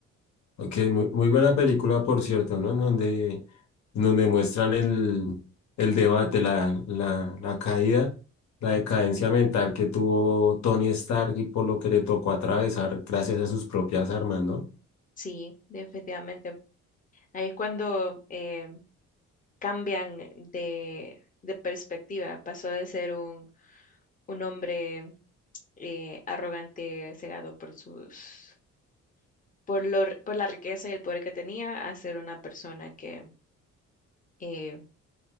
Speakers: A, on the left; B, on the left.
A: Ok, muy, muy buena película, por cierto, ¿no? En Donde, en donde muestran el, el debate, la, la, la caída, la decadencia mental que tuvo Tony Stark y por lo que le tocó atravesar gracias a sus propias armas, ¿no?
B: Sí, definitivamente. Ahí es cuando eh, cambian de, de perspectiva. Pasó de ser un, un hombre eh, arrogante, cegado por sus, por lo- por la riqueza y el poder que tenía, a ser una persona que eh,